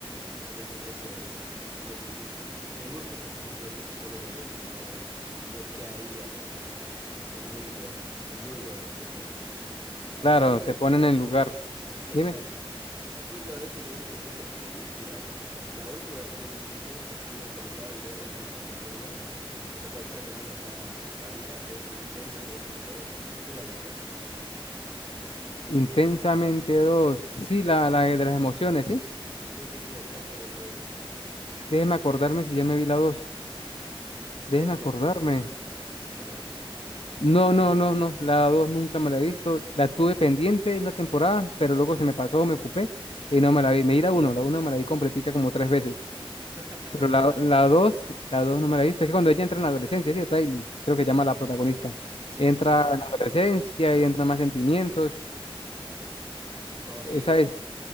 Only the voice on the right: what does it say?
Pues, Es, eso es, es, es- me gustan esas películas que te ponen en ese lugar donde yo qué haría, ¿no? Es, es- so, son muy buenas, son muy buenas, me gusta bastante. Aunque
últimamente,
exacto,
aunque últimamente no he visto muchas películas, la última que he visto ha sido cuando estaba viniendo acá en Barcelona, o sea, cuando estaba viajando acá a España, es de Intensamente dos ¿Tú lo has visto?
Sí, sí, sí, exactamente esa.
Era
cuando ansiedad.
<laughs>
Sí,
sí, sí.
No, sí,
es muy